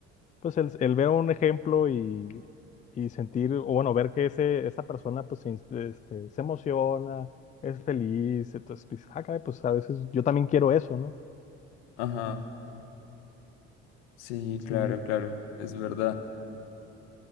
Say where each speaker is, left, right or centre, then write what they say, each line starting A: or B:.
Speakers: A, on the left (about 25°); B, on the left (about 80°).
A: pues el, el ver un ejemplo y, y sentir, o bueno, ver que ese, esa persona pues se ins- este, se emociona, es feliz, entonces pues, ah, caray, pues a veces yo también quiero eso, ¿no?
B: Ajá, sí,
A: Sí.
B: claro, claro, es verdad.